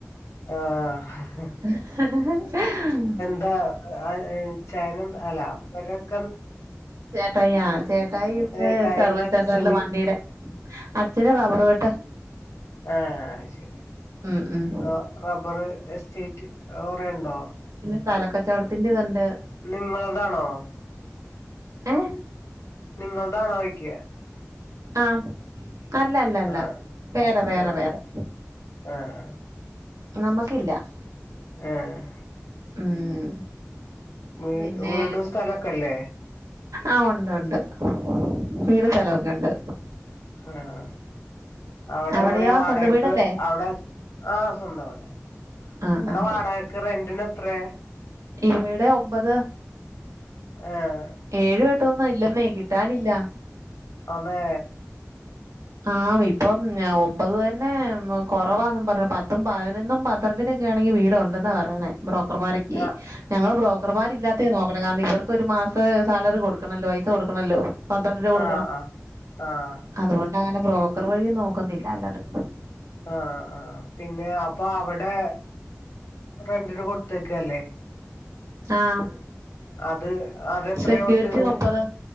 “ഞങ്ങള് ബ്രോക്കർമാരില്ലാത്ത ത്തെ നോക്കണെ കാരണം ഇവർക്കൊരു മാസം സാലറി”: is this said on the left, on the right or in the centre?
Right